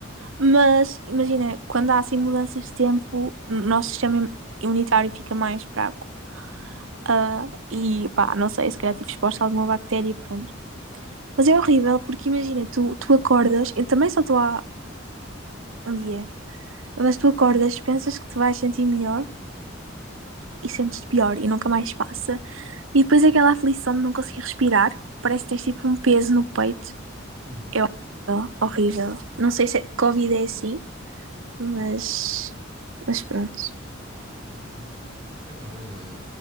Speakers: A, on the right; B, on the right.
A: Mas imagina, quando há assim mudanças de tempo, o nosso sistema imunitário fica mais fraco. Ah, e pá, não sei, se calhar tive exposta a alguma bactéria e pronto. Mas é horrível, porque imagina, tu, tu acordas, eu também só estou há um dia, mas tu acordas, pensas que te vais sentir melhor e sentes-te pior e nunca mais passa. E depois aquela aflição de não conseguir respirar, parece que tens tipo um peso no peito.
B: Uhum,
A: É horrível, horrível. Não sei se é, Covid é assim, mas, mas pronto.
B: ok. Epá, olha,